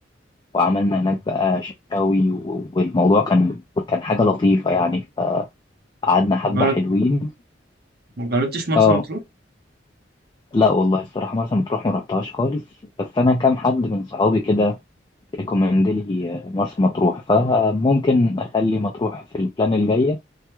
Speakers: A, on the left (about 25°); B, on the right (about 55°).
A: وعملنا هناك بقى شاوي و... والموضوع كان كان حاجة لطيفة يعني فقعدنا حبة
B: مجرد
A: حلوين
B: ما جربتش مرسى
A: اه
B: مطروح؟
A: لا والله الصراحة مرسى مطروح ما رحتهاش خالص بس أنا كام حد من صحابي كده ريكومند لي مرسى مطروح فممكن اخلي مطروح في البلان الجايه